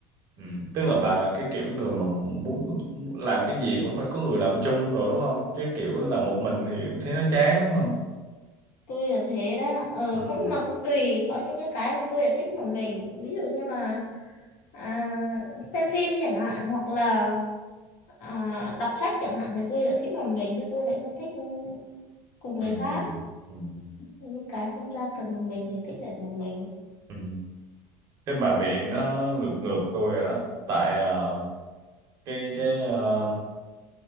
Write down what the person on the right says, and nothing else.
ừ. tức là bà là cái kiểu người mà muốn làm cái gì cũng phải có người làm chung rồi đúng không chứ kiểu làm một mình thì thấy nó chán đúng không
ừ.
Ừ.
Ừ.
Ừ. thế bà bị nó ngược ngược tôi rồi đó tại ờ, cái cái ờ,